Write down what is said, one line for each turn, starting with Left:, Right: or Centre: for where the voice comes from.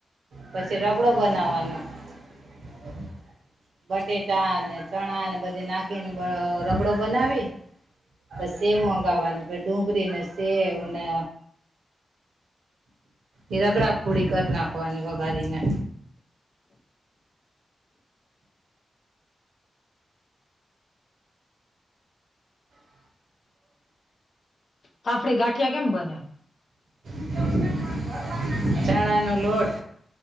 Right: પછી રગડો બનાવાનો. <unintelligible> બટેટાને, ચણાને બધી નાખીને બ રગડો બનાવી. પસ સેવ મંગાવાની, પસ ડુંગરીને, સેવને એ રગડાપૂડી કર નાખવાની વઘારીને. <unintelligible>
Left: ફાફડી ગાંઠિયા કેમ બને
Right: <unintelligible> ચણાનો લોટ